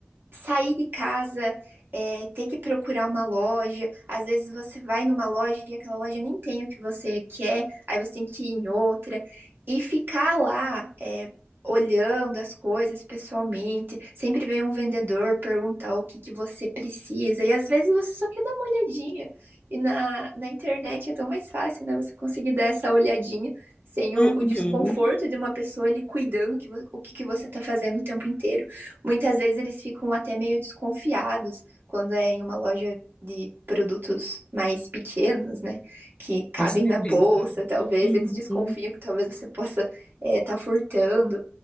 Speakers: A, on the right; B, on the left.
A: sair de casa, é, ter que procurar uma loja. Às vezes você vai numa loja e aquela loja nem tem o que você quer, aí você tem que ir em outra. E ficar lá, é, olhando as coisas pessoalmente, sempre vem um vendedor perguntar o que que você precisa. E às vezes você só quer dar uma olhadinha. E na, na internet é tão mais fácil, né? Você conseguir dar essa olhadinha sem
B: uhum,
A: o, o desconforto de uma pessoa ali cuidando que, vo- o que que você tá fazendo o tempo inteiro. Muitas vezes eles ficam até meio desconfiados quando é em uma loja de produtos mais pequenos, né? Que cabem
B: com certeza.
A: na bolsa, talvez
B: Uhum.
A: eles desconfiam que talvez você possa estar furtando.